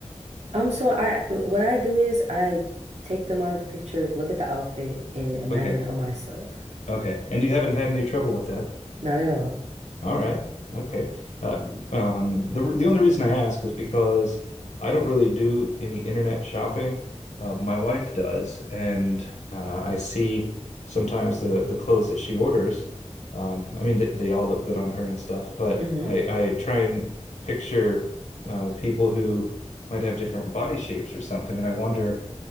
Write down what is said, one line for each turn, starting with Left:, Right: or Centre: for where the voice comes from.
Right: Um, so I what I do is I take them out of the picture, look at the outfit, and imagine
Left: Okay.
Right: it on myself.
Left: Okay. And you haven't had any trouble with that?
Right: Not at all.
Left: All right. Okay. Uh, um, the the only reason I ask is because I don't really do any internet shopping. Uh, my wife does, and uh, I see sometimes the the clothes that she orders. Um, I mean, they, they all look good on her and stuff, but
Right: hmm
Left: I I try and picture uh, people who might have different body shapes or something, and I wonder,